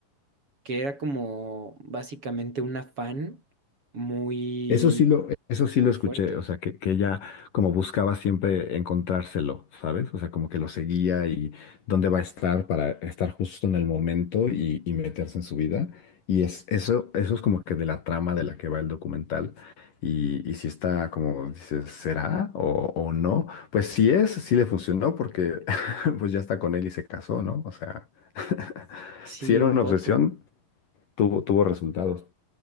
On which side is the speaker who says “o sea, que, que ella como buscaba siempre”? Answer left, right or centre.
Left